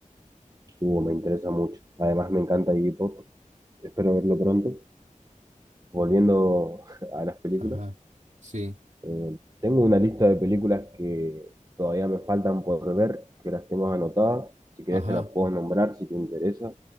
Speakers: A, on the right; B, on the right.
A: Hugo, me interesa mucho. Además, me encanta Iggy Pop. Espero verlo pronto. Volviendo <laughs> a las películas,
B: Ajá, sí,
A: eh, tengo una lista de películas que todavía me faltan por ver, que las tengo anotadas. Si querés,
B: ajá.
A: te las puedo nombrar si te interesa.